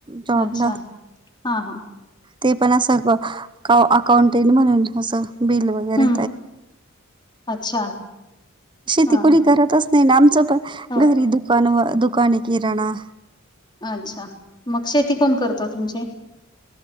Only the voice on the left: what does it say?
अच्छा. हा हा.
हम्म अच्छा
हा
हो
अच्छा. मग शेती कोण करत तुमची?